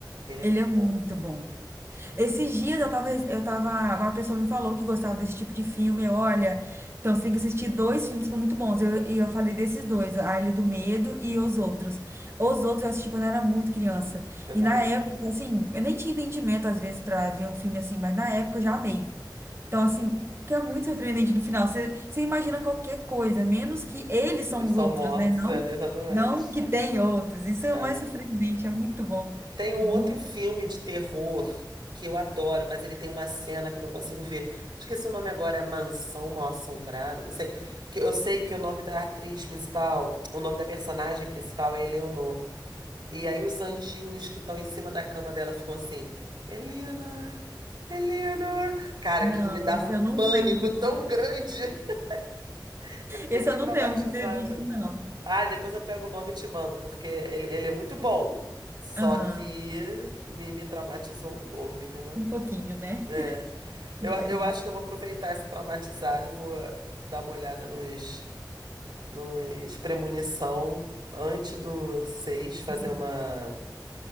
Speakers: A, on the right; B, on the right.
A: Ele é
B: ele
A: muito
B: é muito
A: bom.
B: bom. Esses dias eu tava, eu tava, uma pessoa me falou que gostava desse tipo de filme. Eu, olha, então você tem que assistir dois filmes que são muito bons. Eu- E eu, falei desses dois, A Ilha do Medo e Os Outros. Os Outros eu assisti quando eu era muito criança.
A: Eu
B: E
A: também.
B: na época, assim, eu nem tinha entendimento às vezes pra ver um filme assim, mas na época eu já amei. Então, assim, que é muito surpreendente no final. Você, você imagina qualquer coisa, menos que eles são
A: Eles estão
B: os outros,
A: mortos,
B: né? Não,
A: é, exatamente.
B: não que tem outros. Isso é
A: É.
B: o mais surpreendente, é muito bom.
A: Tem um
B: Muito...
A: outro filme de terror que eu adoro, mas ele tem uma cena que eu não consigo ver. Esqueci o nome agora, é Mansão Mal-Assombrada, não sei. Que eu sei que o nome da atriz principal, o nome da personagem principal é Eleanor. E aí os anjinhos que estão em cima da cama dela ficam assim, Eleanor, Eleanor. Cara,
B: Não,
A: aquilo me dava
B: esse
A: um
B: eu não
A: pânico
B: lembro.
A: tão grande. <laughs> Eu fiquei
B: Esse eu
A: traumatizada.
B: não lembro de ter visto, não.
A: Ah, depois eu pego o nome e te mando, porque ele, ele é muito bom. Só
B: Aham,
A: que me, me traumatizou um pouco, entendeu?
B: um pouquinho, né?
A: É,
B: <laughs>
A: eu,
B: Entendi.
A: eu acho que eu vou aproveitar essa traumatizada e vou dar uma olhada nos, nos premonição antes do 6 fazer
B: Uhum.
A: uma.